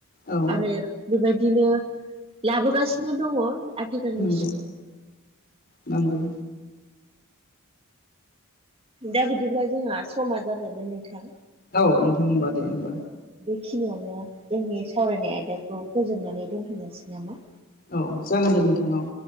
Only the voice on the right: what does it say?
आरो बेबायदिनो लाबोगासिनो दङ। आथिखालनि
दा बिदिब्ला जोंहा समा जाबायमोन नोंथां
बेखिनियावनो जोंनि सावरायनाय आयदाखौ फोजोबनानै दोनथनोसै नामा?